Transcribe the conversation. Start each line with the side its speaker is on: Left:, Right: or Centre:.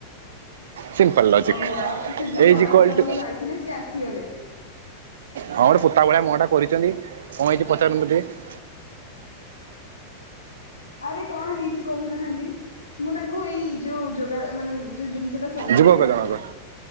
Right: ସିମ୍ପଲ ଲଜିକ
Left: ଓହୋ ଆପ ସେ ଯୋଉ
Right: ଏ
Left: ବାଳକ
Right: ଇଜ୍ ଇକ୍ୟାଲ୍
Left: ଜଣକ
Right: ଟୁ
Left: ଯାଇଥିଲେ ସେ ଆସିଗଲେ
Right: ହଁ ଗୋଟେ ପୋତା ଭଳିଆ ମୁହ ଟା କରିଛନ୍ତି। କଣ ହେଇଛି ପଚାରନ୍ତୁ ଟିକେ?
Left: ଆରେ କଣ ହେଇଛି କହୁନାହା ନ୍ତି। ମୁଁ ତାଙ୍କୁ ଏଇ ଯୋଉ ଯୋଗା ମାନେ ଯୋଉ ଜିନିଷ ଟା ସରିଲା
Right: ଯୁବକ
Left: ପରେ
Right: ଜଣକ
Left: ପଚାରିବି।